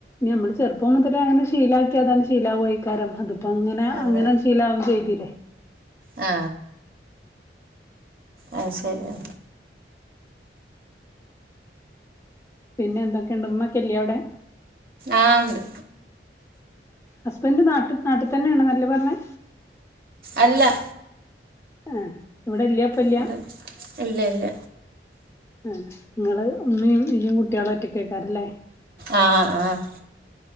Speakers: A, on the left; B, on the right.
A: ഞമ്മള് ചെറുപ്പം മുതലേ അങ്ങനെ ശീലാക്കിയതാങ്ങ് ശീലാവയിക്കാരം അതിപ്പോ അങ്ങനെ
B: അതെ
A: അങ്ങനെ ശീലാവും ചെയ്തി <unintelligible>
B: ആ അത് ശെരിയാ
A: പിന്നെ എന്തൊക്കെണ്ട് ഉമ്മക്കെല്യേ അവടെ
B: ആ ഉണ്ട്
A: ഹസ്ബൻഡ് നാട്ട് നാട്ടി തന്നെയാണ് അല്ലെ പറഞ്ഞേ
B: അല്ല
A: ആഹ് ഇവിടെല്യ ഇപ്പൊല്യ
B: ഇവിടെ ഇല്ല ഇല്ല
A: ആഹ് നിങ്ങള് ഉമ്മയും ഈയും കുട്ടികളെ ഒറ്റ കേക്കാറില്ലേ
B: ആഹ് ആഹ്